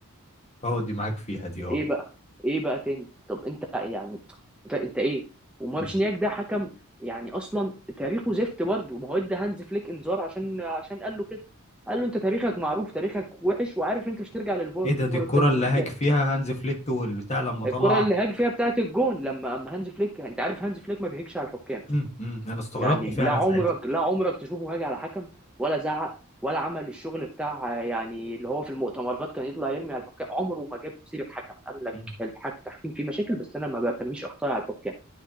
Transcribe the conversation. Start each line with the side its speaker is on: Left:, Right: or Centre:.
Left: اه دي معاك فيها دي اه
Centre: ايه بقى ايه بقى تاني طب انت يعني انت, انت ايه ومارشنياك
Left: مم.
Centre: ده حكم يعني اصلا تاريخه زفت برضه ما هو ادى هانز فليك انذار عشان عشان قال له كده قال له انت تاريخك معروف تاريخك وحش وعارف انت مش ترجع للفار
Left: ايه ده
Centre: في الكوره
Left: دي الكرة
Centre: بتاعت
Left: اللي
Centre: الجون التالت
Left: هاج فيها هانز فليك والبتاع لما طلع
Centre: الكرة اللي هاج فيها بتاعت الجون لما اما هانز فليك انت عارف هانز فليك ما بيهجش على الحكام
Left: مم. مم. انا استغربت
Centre: يعني
Left: فعلا
Centre: لا عمرك
Left: ساعتها
Centre: لا عمرك تشوفه هاج على حكم ولا زعق ولا عمل الشغل بتاع يعني اللي هو في المؤتمرات كان يطلع يرمي على الحكام عمره ما جاب سيرة حكم قال لك
Left: مم.
Centre: الحك التحكيم فيه مشاكل بس انا ما برميش اخطاء على الحكام